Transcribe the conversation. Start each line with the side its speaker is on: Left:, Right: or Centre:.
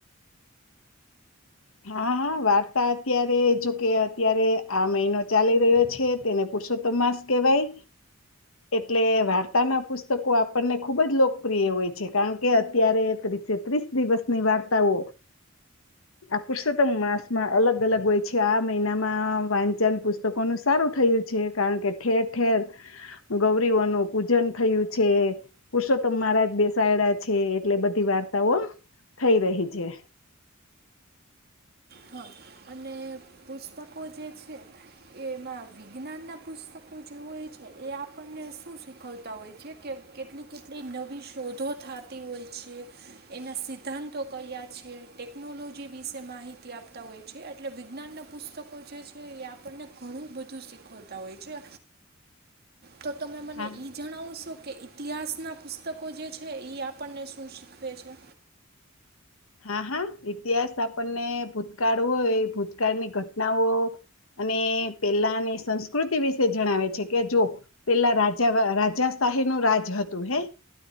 Left: હા હા વાર્તા અત્યારે જોકે અત્યારે આ મહિનો ચાલી રહ્યો છે તેને પુરુષોત્તમ માસ કેહેવાય એટલે વાર્તાના પુસ્તકો આપણને ખુબ જ લોકપ્રિય હોય છે કારણ કે અત્યારે ત્રીસે ત્રીસ દિવસની વાર્તાઓ આ પુરુષોત્તમ માસમાં અલગ અલગ હોય છે આ મહિનામાં વાંચન પુસ્તકોનું સારું થયું છે કારણ કે ઠેર ઠેર ગૌરીઓનું પૂજન થયું છે પુરુષોત્તમ મહારાજ બેસાયેલા છે એટલે બધી વાર્તાઓ થઈ રહી છે
Right: હા અને પુસ્તકો જે છે એમાં વિજ્ઞાનનાં પુસ્તકો જે હોય છે એ આપણને શું શીખવતા હોય છે કે કેટલી કેટલી નવી શોધો થતી હોય છે એના સિદ્ધાંતો કયા છે ટેકનોલોજી વિશે માહિતી આપતા હોય છે એટલે વિજ્ઞાનના પુસ્તકો જે છે એ આપણને ઘણું બધું શીખવતા હોય છે તો તમે મને
Left: હા
Right: એ જણાવું છો કે ઇતિહાસનાં પુસ્તકો જે છે એ આપણને શું શીખવે છે
Left: હા હા ઇતિહાસ આપણને ભૂતકાળ હોય ભૂતકાળની ઘટનાઓ અને પેલાની સંસ્કૃતિ વિશે જણાવે છે કે જો પેલા રાજા રાજાશાહી નું રાજ હતું હે